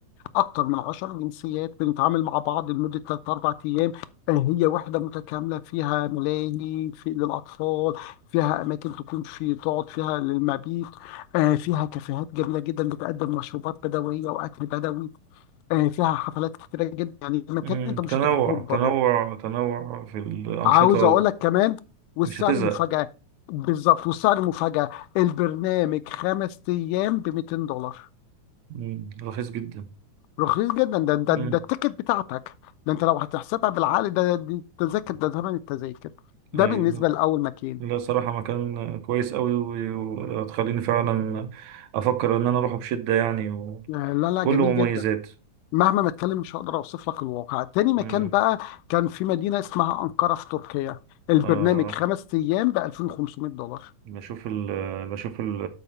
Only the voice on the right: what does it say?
أمم.
تنوع
تنوع تنوع في الأنشطة
مش هتزهق
مم، رخيص جدا
مم.
ايوه
لا صراحة مكان كويس قوي و- وتخليني فعلا افكر ان انا اروحه بشدة يعني وكله
مميزات
امم
آه
بشوف ال بشوف ال